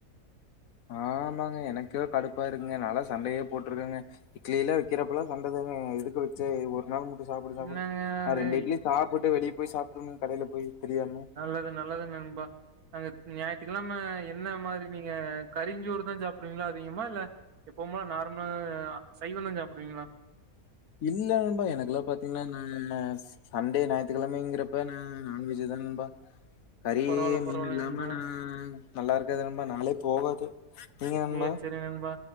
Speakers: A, on the left; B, on the right.
A: ஆமாங்க எனக்கே கடுப்பா இருக்குங்க நாலா சண்டையே போட்ருக்கேங்க இட்லி எல்லா வைக்கிறப்பல்லா சண்ட தாங்க எதுக்கு வச்ச இது ஒரு நாள் மட்டு சாப்புடு சாப்புடு
B: என்னங்க
A: அ
B: அது
A: ரெண்டு இட்லி சாப்புட்டு வெளிய போய் சாப்ட்ருணு கடைல போய் தெரியாம
B: நல்லது நல்லதுங் நண்பா அங்க ஞாயித்துக்கெழம என்ன மாரி நீங்க கரிஞ்சோர் தா சாப்புடுவீங்களா அதிகமா இல்ல எப்போமா நா ர்மல் சைவந்தா சாப்புடுவீங்களா
A: <inaudible> இல்ல நண்பா எனக்கெல்லாம் பாத்தீங்கன்னா நா சண்டே ஞாயிற்றுக்கிழமைங்கிறப்ப நா நான்வெஜ் நண்பா கறி
B: பரவாயில்ல
A: மீன்
B: பரவாயில்ல
A: இல்லாம
B: நண்பா
A: நா நல்லா இருக்கது நண்பா நாளே போகாது நீங்க நண்பா
B: சேரி சேரி நண்பா